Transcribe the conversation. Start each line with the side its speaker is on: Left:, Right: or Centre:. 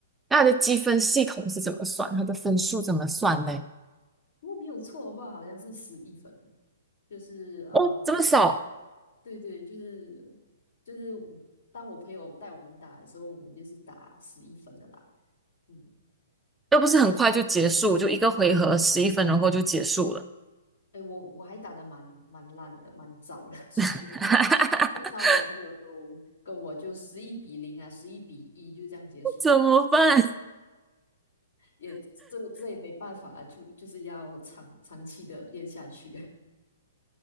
Centre: 那它的积分系统是怎么算？它的分数怎么算呢？
Left: 如果没有错的话，好像是十一分，就是呃，
Centre: 哦，这么少。
Left: 对对，就是就是我，当我朋友带我们打的时候，我们就是打十一分的啦。嗯。
Centre: 又不是很快就结束，就一个回合十一分钟后就结束了，
Left: 哎，我我还打得蛮蛮烂的，蛮糟的，<laughs> 所以
Centre: <laughs>
Left: 通常我的朋友都跟我就十一比零啊，十一比一就这样结束了，
Centre: 怎么办？
Left: 也这这也没办法啊，就就是要长长期的练下去。